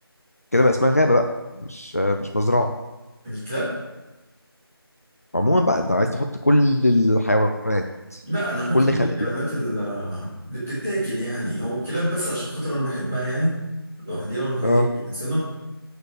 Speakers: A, on the left; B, in the centre.
A: كده بقى اسمها غابه بقى مش مش مزرعه
B: الكلاب
A: عموما بقى انت عايز تحط كل الحيوانات
B: لا انا هحط
A: كل
B: كل
A: خلق
B: الحيوانات
A: الله.
B: ال- اللي بتتاكل يعني هو الكلاب بس عشان خاطر انا بحبها يعني لوحديها ولا هي
A: اه
B: مش حسنة